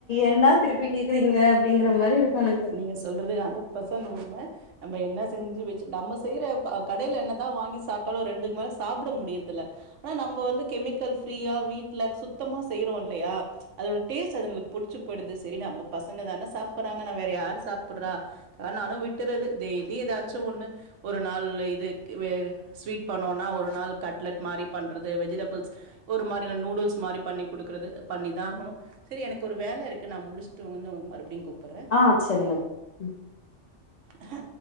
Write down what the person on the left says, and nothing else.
என்டா திருப்பி கேக்குறீங்க அப்டிங்கற மாரி இருக்கு எனக்
ஆ சரி ஓகே